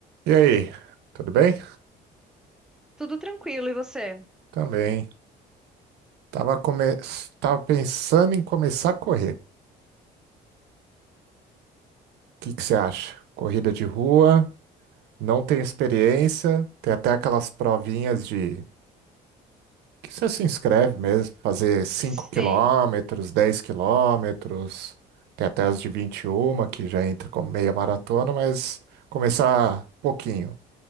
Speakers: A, on the right (about 80°); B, in the centre.
A: E aí, tudo bem?
B: Tudo tranquilo, e você?
A: Também. Tava, come... Tava pensando em começar a correr. O que que você acha? Corrida de rua, não tenho experiência, tem até aquelas provinhas de que você se inscreve mesmo, fazer cinco
B: Sei.
A: quilômetros, 10 quilômetros, tem até as de 21 que já entra como meia maratona, mas começar pouquinho,